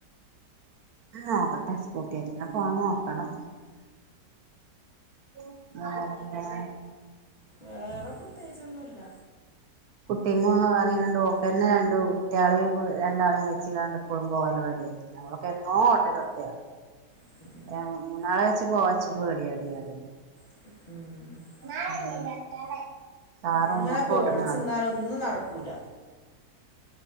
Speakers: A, on the right; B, on the left.
A: നോക്കട്ടെ സ്കൂട്ട്യറ്റെന്നെ പോവാം നോക്കണം ഉമ്മ ഇത് ന്റെ
B: വേറെ പ്രത്യേകിച്ചൊന്നുംല്ല
A: കുട്ടിമ്മു ന്നറിഞ്ഞിങ്ങാണ്ട് ഓക്കെന്നെ രണ്ടു കുട്ട്യോളിം രണ്ടാളിം വെച്ച് കാണ്ട് എപ്പളും പോവലും വെര്ലോയ്ന്ന് ഞങ്ങളൊക്കെ എന്നോ ഓട്ടല് തൊടത്ത്യാ
B: <unintelligible>
A: ഞ്ഞാ മൂന്നാളെ വെച്ച് പോവാ ഇച്ച് പേടിയാടിയാടി
B: ഉം
A: <unintelligible> കാറും
B: അങ്ങനെ
A: ഒക്കെ
B: പേട്ച്ച്ന്നാലൊന്നും
A: ഓട്ടണ ആളാ
B: നടക്കൂല